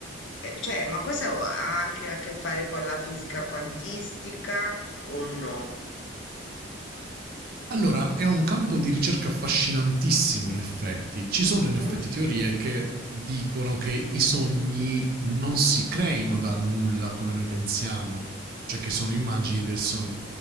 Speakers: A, on the left; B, on the right.
A: Eh, cioè, ma questo ha anche a che fare con la fisica quantistica o no?
B: Allora, è un campo di ricerca affascinantissimo in effetti. Ci sono
A: Mm-mm.
B: in effetti teorie che dicono che i sogni non si creino dal nulla come noi pensiamo, cioè che sono immagini del sogno,